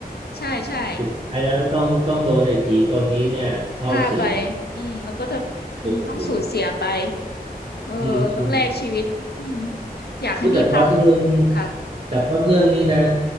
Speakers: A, on the left; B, on the right.
A: ใช่ใช่
B: สุดท้ายแล้วต้องต้องโดนไอ้ผีตนนี้เนี่ยเข้าสิง
A: ฆ่าไปอืมแล้วก็จะอืมต้องสูญเสียไป
B: โอ้โห
A: เออต้องแลกชีวิตอืม
B: อืมอืม
A: อยากให้มีภาค
B: พูดแต่พล็อตเรื่องนี้
A: ค่ะ
B: แต่พล็อตเรื่องนี้นะ